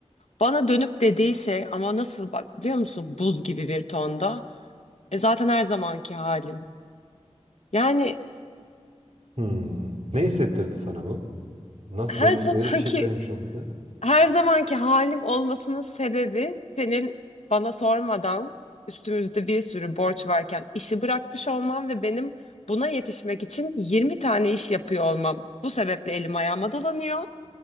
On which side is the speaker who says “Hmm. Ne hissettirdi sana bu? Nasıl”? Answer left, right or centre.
Right